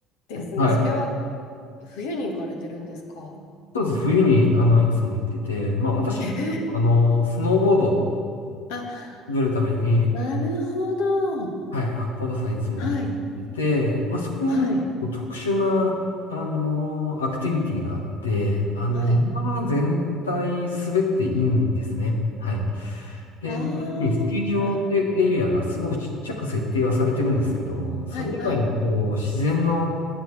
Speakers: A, on the left (about 75°); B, on the left (about 85°).
A: ですね。
B: はい。
A: それは冬に行かれてるんですか
B: そうです。冬に、あの、いつも行ってて、まあ、私、
A: え
B: あの、スノーボードを
A: あ、
B: 滑るために、
A: なるほど。
B: はい、八甲田山いつもと思ってて、
A: はい。
B: まあ、そこはまあちょっと特殊な、
A: はい。
B: あのーアクティビティがあって、あの、
A: はい。
B: 山全体滑っていいんですね。はい。で、
A: あ
B: 特にスキー場ってエリアがすごくちっちゃく設定はされてるんですけど、
A: あ、はい。
B: それ以外のこう、
A: はい。はい。
B: 自然の